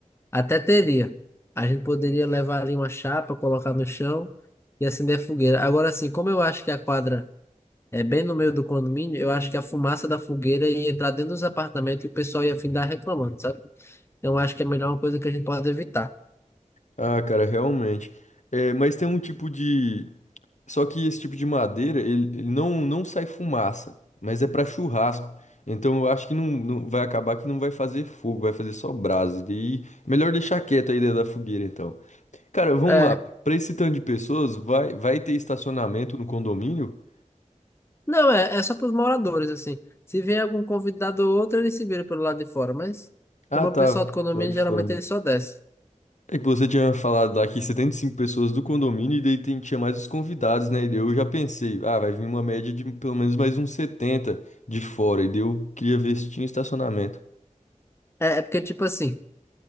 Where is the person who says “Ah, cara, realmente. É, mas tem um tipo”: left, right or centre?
Left